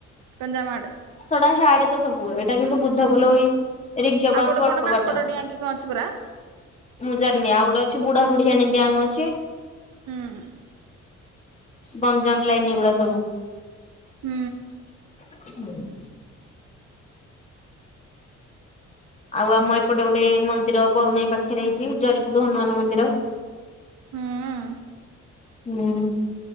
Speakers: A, on the right; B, on the left.
A: ଗଞ୍ଜାମ ଆଡେ।
B: ହେଟା ହାଡେ ତ ସବୁ ଏଇଟା କିନ୍ତୁ ବୁଦ୍ଧ ଖୁଲା ଏଇ ରିଙ୍କି ଅପାଠୁ
A: ଆଉ ଗୋଟେ
B: ଅଳ୍ପ
A: କଣ ମାଙ୍କଡ
B: ବାଟ
A: ଡିଆଁ କି କଣ ଅଛି ପରା।
B: ମୁଁ ଜାିନି ଆଉ ଛି ବୁଢାବୁଢୀଆଣି ଡ୍ୟାମ ଅଛି।
A: ହୁଁ।
B: ଗଞ୍ଜାମ ଲାଇନ ଏଗୁଡା ସବୁ।
A: ହୁଁ।
B: <unintelligible> ଆଉ ଆମ ଏପଟେ ଗୋଟେ ମନ୍ଦିର ବରୁଣେଇ ପାଖରେ ହେଇଛି ଜରିପୁୁର ହନୁମାନ ମନ୍ଦିର।
A: ହୁଁ ଉଁ ଉଁ।
B: ହୁଁ।